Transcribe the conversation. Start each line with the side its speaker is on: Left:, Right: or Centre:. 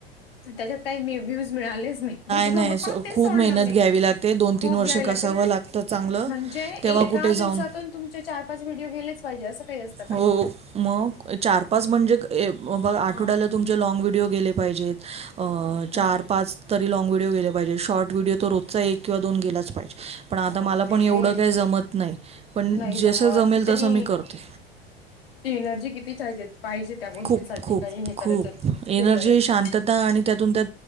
Left: त्यांच्यात काही व्ह्यूज मिळालेस, नाही, त्यांच्यामुळे
Right: नाही स
Left: परत ते
Right: खूप
Left: सोडलं
Right: मेहनत
Left: मी
Right: घ्यावी लागते दोन
Left: खूप
Right: तीन वर्ष
Left: घ्यायला
Right: कसावं
Left: ते ना
Right: लागतं चांगलं
Left: म्हणजे,
Right: तेव्हा
Left: एका
Right: कुठे जाऊन
Left: दिवसातून तुमचे चार पाच व्हिडिओ गेलेच पाहिजे असं काही असत.
Right: हो मग चार पाच म्हणजे बघ आठवड्याला
Left: अ.
Right: तुमचे लाँग व्हिडिओ गेले पाहिजेत, चार
Left: हं
Right: पाच तरी लाँग व्हिडीओ गेले पाहिजेत शॉर्ट व्हिडिओ रोजचा एक तरी दोन गेलाच पाहिजे. पण आता
Left: बापरे!
Right: मला पण एवढं काही जमत नाही,
Left: नाही
Right: जसं
Left: जमत
Right: जमेल
Left: कितनी
Right: तसं मी करते.
Left: एनर्जी किती हिजे पाहिजे त्या गोष्टीसाठी
Right: खूप, खूप,
Left: काही हे
Right: खूप
Left: करायचं
Right: एनर्जी,
Left: ते करायचं.
Right: शांतता आणि त्यातून त्या